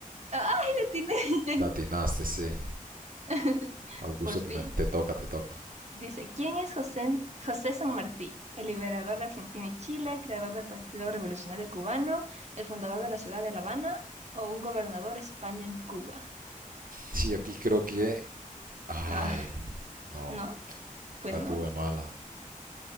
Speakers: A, on the right; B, on the right.
A: ¡Ay, le tiene!
B: latinaste, sí.
A: <laughs>
B: Augusto
A: Por fin.
B: Pinochet, te toca, te toca.
A: Dice, ¿quién es José, José San Martí? El liberador de Argentina y Chile, creador del Partido Revolucionario Cubano, el fundador de la ciudad de La Habana o un gobernador español en Cuba.
B: Sí, aquí creo que... Ay,
A: Ah,
B: no,
A: no, pues
B: la
A: no.
B: tuve mala.